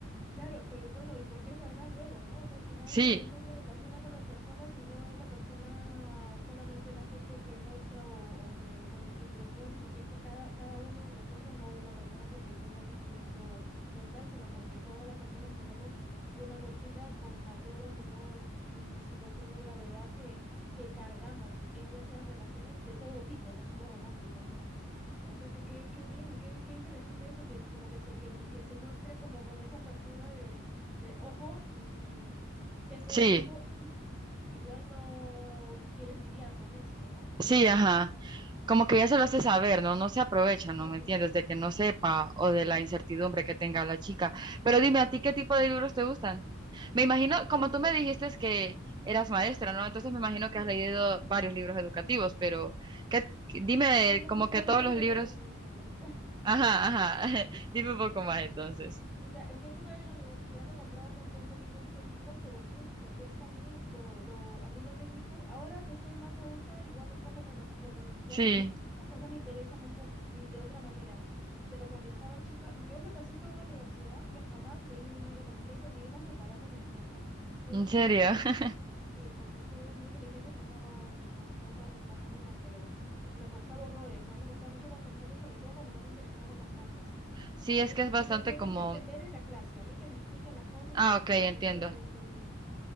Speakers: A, in the centre; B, on the right (about 20°).
A: Claro, pero bueno, y porque es verdad luego, ¿no? O sea, al final
B: Sí,
A: uno se relaciona con las personas y no es la persona solamente el aspecto que muestra o, o que con el que interactúa, sino que es que cada, cada uno de nosotros, no una persona porque tenga un sufrimiento mental, sino porque todas las personas tenemos una mochila con mayor o menor mm, situación de gravedad que, que cargamos en nuestras relaciones de todo tipo, no solo románticas, ¿no? O sea, que qué qué bien, qué qué interesante eso, que como que se, que lo que se muestre como con esa apertura de, de ojo, mm, tengo
B: sí,
A: esto y igual no quieres lidiar con esto, ¿no?
B: sí, ajá. como que ya se lo hace saber, ¿no? No se aprovecha,
A: Claro,
B: ¿no? ¿Me entiendes? De que no sepa o de la incertidumbre que tenga la chica.
A: sí,
B: Pero dime,
A: qué
B: ¿a
A: bien.
B: ti qué tipo de libros te gustan? Me imagino,
A: Em,
B: como
A: es-
B: tú me dijiste es que eras
A: ah,
B: maestra, ¿no? Entonces me imagino que
A: Sí,
B: has leído varios libros educativos, pero ¿qué, dime,
A: menos,
B: como
A: menos
B: que todos los
A: de lo
B: libros...
A: que creerías.
B: Ajá, ajá. <laughs> Dime un poco más entonces.
A: O sea, en mi época de la universidad me compraba un montón de libros técnicos, pero puf, me cuesta a mí lo, lo, a mí lo técnico. Ahora que soy más adulta, igual un poco menos, porque m- ya
B: Sí,
A: me, las cosas me interesan un poco de, de otra manera. Pero cuando estaba chica, yo me pasé toda la universidad que jamás leí un libro completo ni una separata completa. Yo
B: en
A: no sé
B: serio.
A: cómo, bueno,
B: <laughs>
A: Sí, porque soy muy inteligente, pasaba mm, con notas más o menos, pero, pero me costaba horrores, a mí me costaba mucho concentrarme, sobre todo cuando no me interesaban las cosas.
B: Sí,
A: Entonces,
B: es que es bastante
A: yo, yo soy
B: como...
A: de aprender en la clase, a mí que me expliquen las cosas,
B: Ah,
A: que me las
B: ok,
A: cuenten,
B: entiendo.
A: que ahí aprendo bien.